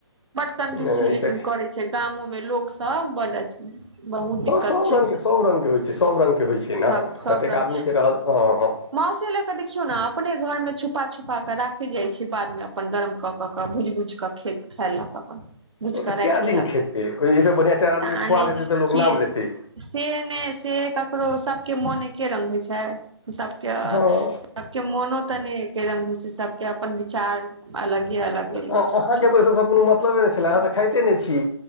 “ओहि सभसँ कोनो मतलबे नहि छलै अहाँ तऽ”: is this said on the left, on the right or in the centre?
Left